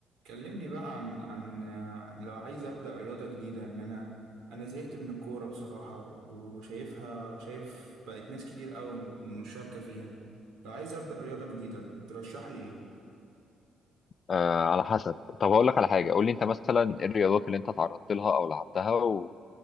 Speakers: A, on the right; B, on the left.
A: كلمني بقى عن عن عن لو عايز أبدأ رياضة جديدة يعني أنا أنا زهقت من الكورة بصراحة و- وشايفها شايف بقت ناس كتير أوي مشاركة فيها لو عايز أبدأ رياضة جديدة ترشح لي إيه؟
B: آه على حسب طب هقول لك على حاجه قول لي انت مثلا ايه الرياضات اللي انت تعرضت لها او لعبتها و-